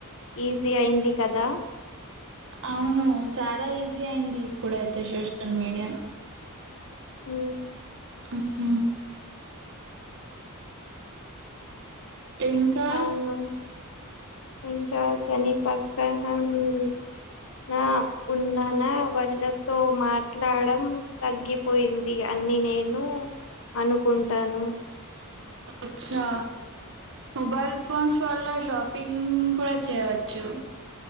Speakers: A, on the left; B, on the right.
A: ఈజీ అయింది కదా
B: అవును చాలా ఈజీ అయింది ఇప్పుడయితే సోషల్ మీడియా
A: ఉం
B: అవునా ఇంకా
A: అవును ఇంకా కానీ పక్క అని నా ఉన్నానా వాళ్ళతో మాట్లాడం తగ్గిపోయింది అని అని నేను అనుకుంటాను
B: అచ్చా మొబైల్ ఫోన్స్ వల్ల షాపింగ్ కూడా చేయచ్చు